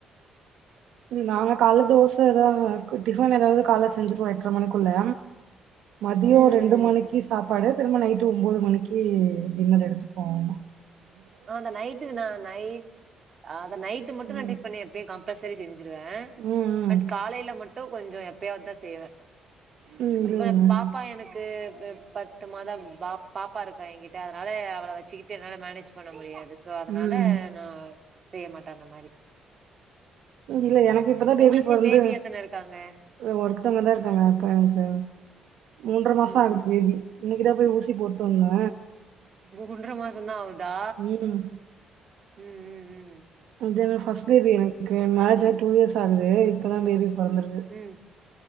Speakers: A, on the right (about 80°); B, on the right (about 45°).
A: நாங்க கால தோச ஏதாது க்கு டிபன் ஏதாவது கால்ல செஞ்சுருவோ எட்ர மணிக்குள்ள மதியோ
B: ம்
A: ரெண்டு
B: ம்
A: மணிக்கு சாப்பாடு திரும்ப நைட்டு ஒன்பது மணிக்கு டின்னர் எடுத்துப்போ ஆமா
B: ஆ அந்த நைட்டுக்குனா நைட் அத நைட்டு மட்டு தா
A: ம்
B: டிப் பண்ணே எப்ப கா ப்ப சரி செஞ்சிருவ
A: ம்
B: பட் காலையில மட்டு கொஞ்சோ எப்பயாவது தா செய்வ
A: ம் ம் இல்லங்க
B: ப்ப‌ பாப்பா எனக்கு பத்து மாதோ பா பாப்பா இருக்கா எங்கிட்ட அதனால அவள வச்சுக்கிட்டு என்னால மேனேஜ் பண்ண முடியாது ஸோ அதனால
A: ம்
B: நா செய்ய மாட்ட அந்த மாரி
A: இல்ல எனக்கு இப்பதா பேபி
B: உங்களுக்கு
A: பெறந்து
B: பேபி எத்தன இருக்காங்க
A: அ ஒருத்தவங்க தா இருக்காங்க எனக்கு மூன்ற மாசோ
B: ம்
A: ஆகுது பேபி இன்னைக்கிதா போய் ஊசி போட்டுவந்த
B: ஒண்டர மாசோதா ஆவுதா
A: ம்
B: ம் ம் ம்
A: <unintelligible> ஃபர்ஸ்ட் பேபி எனக்கு லாஸ்ட் டூ இயர்ஸ் ஆகுது இப்பதா பேபி பொறந்துருக்கு
B: ம்